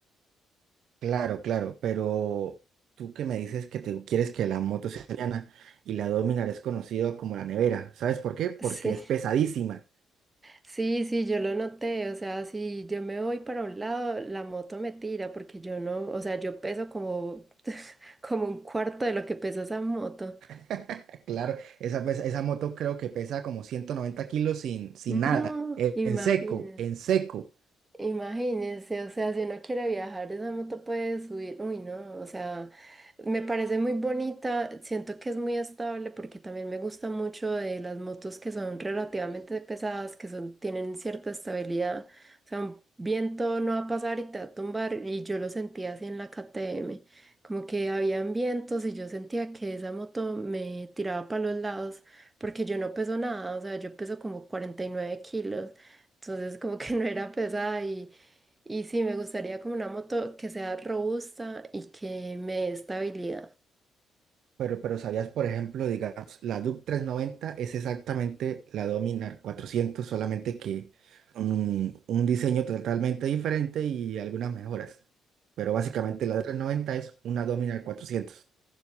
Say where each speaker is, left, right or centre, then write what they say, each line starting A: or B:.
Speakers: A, on the right; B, on the right.
A: Claro, claro, pero tú que me dices que te quieres que la moto sea liviana y la Dominar es conocida como la nevera, ¿sabes por qué? Porque
B: Sí,
A: es pesadísima.
B: sí, sí, yo lo noté, o sea, si yo me voy para un lado, la moto me tira porque yo no, o sea, yo peso como, <laughs> como un cuarto de lo que pesa esa moto.
A: <laughs> Claro, esa, pesa- esa moto creo que pesa como ciento noventa kilos sin, sin
B: No,
A: nada, en en
B: imagínense.
A: seco, en seco.
B: Imagínense, o sea, si uno quiere viajar, esa moto puede subir. Uy, no, o sea, me parece muy bonita. Siento que es muy estable porque también me gusta mucho de las motos que son relativamente pesadas, que son, tienen cierta estabilidad. O sea, un viento no va a pasar y te va a tumbar. Y yo lo sentía así en la KTM, como que habían vientos y yo sentía que esa moto me tiraba para los lados porque yo no peso nada, o sea, yo peso como 49 kilos. Entonces como que no era pesada y, y sí, me gustaría como una moto que sea robusta y que me dé estabilidad.
A: Pero, pero ¿sabías, por ejemplo, digamos, la DUC noventa es exactamente la Dominar cuatrocientos solamente que un, un diseño totalmente diferente y algunas mejoras? Pero básicamente la DUC noventa es una Dominar cuatrocientos